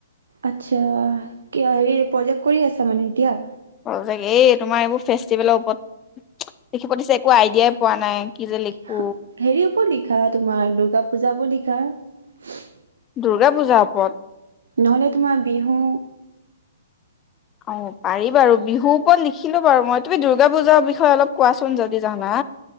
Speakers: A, on the right (about 70°); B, on the left (about 20°).
A: আচ্ছা হেৰি প্ৰজেক্ট কৰি আছা মানে এতিয়া
B: প্ৰজেক্ট এই তোমাৰ এইবোৰ ফেষ্টিভেলৰ ওপৰত লিখিব দিছে একো আইডিয়াই পোৱা নাই কি যে লিখো
A: অহ হেৰি ওপৰত লিখা তোমাৰ দুূৰ্গা পূজাবোৰ লিখা তাৰ
B: দুূৰ্গা পূজাৰ ওপৰত
A: নহ'লে তোমাৰ বিহু
B: অ পাৰি বাৰু বিহুৰ ওপৰত লিখিলো বাৰু মই তুমি দুূৰ্গা পূজাৰ বিষয়ে অলপ কোৱাচোন যদি জানা